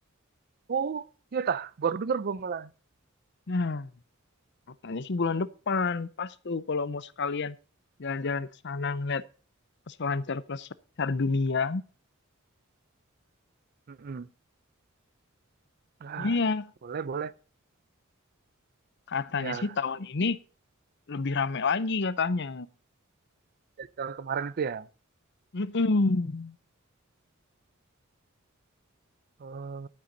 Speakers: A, on the right; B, on the left.
A: Oh, iya tah, baru denger gue malah.
B: Nah, katanya sih bulan depan. Pas tuh kalau mau sekalian jalan-jalan ke sana ngeliat peselancar peselancar dunia.
A: Mm-mm. Ah,
B: Iya,
A: boleh, boleh.
B: katanya
A: Ya,
B: sih tahun ini lebih rame lagi katanya.
A: dari tahun kemarin itu ya.
B: Mm-mm.
A: Eh,